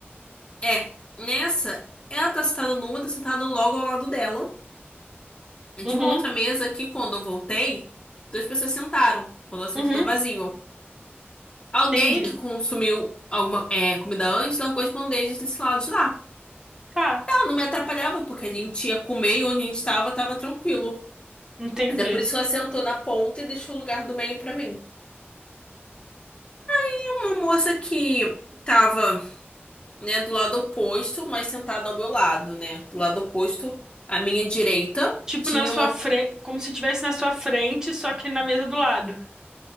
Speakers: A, on the left; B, on the right.
A: é. Nessa, ela tá sentada numa, tá sentada logo ao lado dela. E
B: Uhum,
A: tinha uma outra mesa que, quando eu voltei, duas pessoas sentaram. Quando ela sentou,
B: uhum,
A: tá vazio. Alguém
B: entendi.
A: que consumiu alguma, é, comida antes largou as bandejas desse lado de lá.
B: Tá,
A: Ah, não me atrapalhava, porque a gente ia comer e onde a gente tava, tava tranquilo.
B: entendi.
A: Até por isso ela sentou na ponta e deixou o lugar do meio pra mim. E uma moça que tava, né, do lado oposto, mas sentada ao meu lado, né? Do lado oposto, à minha direita,
B: Tipo
A: tinha
B: na sua
A: uma.
B: frente, como se estivesse na sua frente, só que na mesa do lado.